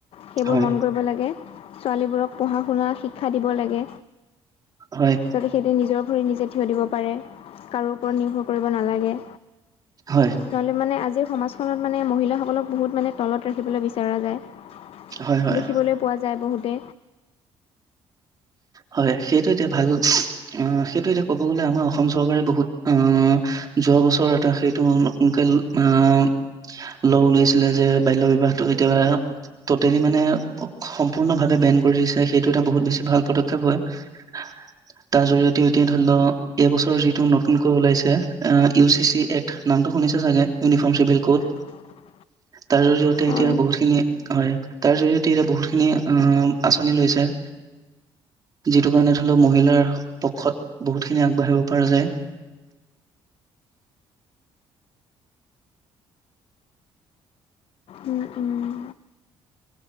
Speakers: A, on the left; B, on the right.
A: সেইবোৰ
B: হয়,
A: মন কৰিব লাগে, ছোৱালীবোৰক পঢ়া শুনা শিক্ষা দিব লাগে।
B: হয়।
A: যাতে সিহঁতে নিজৰ ভৰি নিজে থিয় দিব পাৰে, কাৰো ওপৰত নিৰ্ভৰ কৰিব নালাগে।
B: হয়।
A: নহ'লে মানে আজিৰ সমাজখনত মানে মহিলাসকলক বহুত মানে তলত ৰাখিবলৈ বিচৰা যায়।
B: হয়, হয়,
A: দেখিবলৈ পোৱা যায় বহুতে
B: হয় সেইটো এতিয়া ভাল আহ সেইটো এতিয়া ক'ব গ'লে অসম চৰকাৰে বহুত আ যোৱা বছৰ এটা সেইটো নতুনকে আহ ল' উলাইছিলে যে বাল্য বিবাহটো কেতিয়াবা ট'টেলি মানে সম্পূৰ্ণভাৱে বেন কৰি দিছে সেইটো এটা বহুত বেছি ভাল পদক্ষেপ হয়, তাৰ জৰিয়তেও এতিয়া ধৰি লওক এইবছৰ যিটো নতুনকৈ ওলাইছে আহ ইউ চি চি এক্ট নামটো শুনিছে চাগে ইউনিফৰ্ম চিভিল কোড।
A: <unintelligible>
B: তাৰ জৰিয়তে
A: হয়
B: এতিয়া বহুতখিনি হয় তাৰ জৰিয়তে এতিয়া বহুতখিনি অ আঁচনি লৈছে। যিটো কাৰণে ধৰি লও মহিলাৰ পক্ষত বহুত খিনি আগবাঢ়িব পৰা যায়।
A: উ উম।